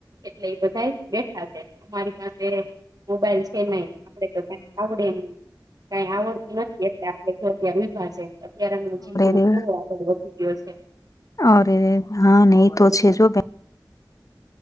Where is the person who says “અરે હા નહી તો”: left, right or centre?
Left